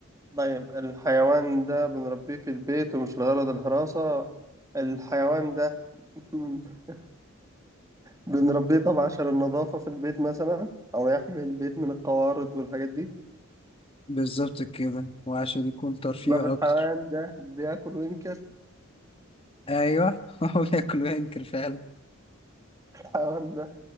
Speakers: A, on the right; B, on the left.
A: طيب الحيوان ده بنربيه في البيت ومش لغرض الحراسة الحيوان ده <laughs> بنربيه طبعا عشان النظافة في البيت مثلا أو يحمي البيت من القوارض والحاجات دي
B: بالظبط كده وعشان يكون ترفيه
A: طب الحيوان
B: اكتر
A: ده بياكل وينكر
B: ايوه <laughs> هو بياكل وينكر فعلا
A: الحيوان ده